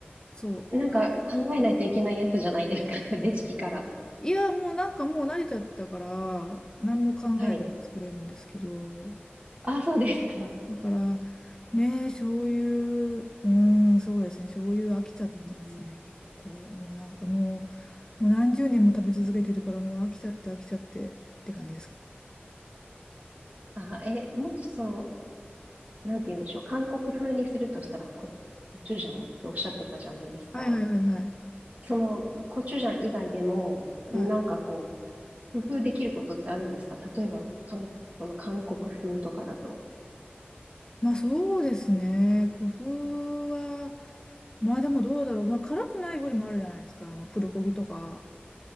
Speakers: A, on the left; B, on the right.
A: そう。
B: なんか考えないといけないやつじゃないですか。
A: あ
B: <laughs> レシピから。
A: いや、もうなんかもう慣れちゃったから、何も考えないで作れるんですけど、
B: はい。あ、そうですか。
A: だから、ね、そういう、うん、そうですね、醤油飽きちゃってますね、
B: うん。
A: 結構。もうなんかもう、もう何十年も食べ続けてるから、もう飽きちゃって飽きちゃってって感じですか。
B: あ、え、もしその、なんて言うんでしょう。韓国風にするとしたらコ、コチュジャンっておっしゃってたじゃないですか。
A: はいはいはいはい。
B: その、コチュジャン以外でも、なんかこ
A: はい。
B: う、工夫できることってあるんですか例えば、韓その韓国風とかだと。
A: まあそうですね、工夫は、まあでもどうだろう、まあ辛くない料理もあるじゃないですか、あのプルコギとか。